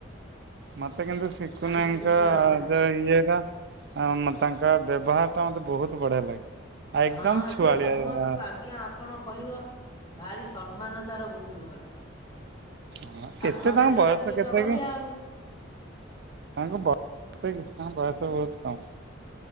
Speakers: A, on the right; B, on the left.
A: ମତେ କିନ୍ତୁ ଶିକୁନ
B: ଆମେ
A: ଆଜ୍ଞା
B: ତିନି ଜଣ
A: ଙ୍କର
B: ଭାଇ।
A: ଜଉ ଇଏଟା ଆଉ ମୁଁ ତାଙ୍କ ବ୍ୟବହାର ଟା ମତେ ବହୁତ ବଢ଼ିଆ ଲାଗେ। ଆଉ ଏକଦମ
B: ହଁ
A: ଛୁଆଳିଆ
B: ସିଏ ସମସ୍ତଙ୍କୁ ଆଜ୍ଞା, ଆପ ଆପଣ କହିବ। ଭାରି ସମ୍ମାନ ତାର ବହୁତ ଭଲ।
A: ହଁ କେତେ
B: ଆଉ ଘରେ
A: ତାଙ୍କ ବୟସ
B: ତ ଟିକେ
A: କେତେ
B: ଚଗଲିଆ ଆଉ।
A: ତାଙ୍କୁ ବୟ <unintelligible> କିଛି ବୟସ ବୋହୁତ କମ୍।